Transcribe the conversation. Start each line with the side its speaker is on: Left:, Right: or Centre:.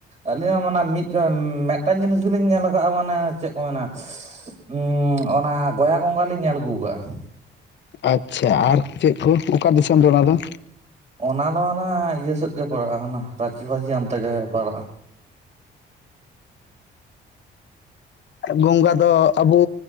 Right: ᱟᱹᱞᱤᱧ ᱦᱚᱸ ᱢᱟᱱᱮ ᱢᱤᱫ ᱢᱤᱫᱴᱟᱝ ᱡᱤᱱᱤᱥ ᱜᱮᱞᱤᱧ ᱧᱮᱞ ᱠᱟᱜᱼᱟ ᱢᱟᱱᱮ ᱪᱮᱜ ᱠᱚ ᱢᱮᱱᱟ ᱩᱸ ᱚᱱᱟ ᱜᱚᱭᱟ ᱜᱚᱸᱜ ᱞᱤᱧ ᱧᱮᱞ ᱟᱹᱜᱩ ᱠᱟᱜᱼᱟ ᱾
Left: ᱟᱪᱪᱷᱟ ᱟᱨ ᱪᱮᱜ ᱠᱚ ᱚᱠᱟ ᱫᱤᱥᱚᱢ ᱨᱮ ᱚᱱᱟ ᱫᱚ?
Right: ᱚᱱᱟ ᱫᱚ ᱦᱟᱱᱟ ᱤᱭᱟᱹ ᱥᱮᱫ ᱜᱮ ᱯᱟᱲᱟᱜᱼᱟ ᱟᱱᱟ ᱨᱟᱪᱤ ᱵᱷᱟᱹᱡᱤ ᱦᱟᱱᱛᱮᱜ ᱜᱮ ᱯᱟᱲᱟᱜᱼᱟ᱾
Left: ᱜᱚᱸᱜᱟ ᱫᱚ ᱟᱵᱩ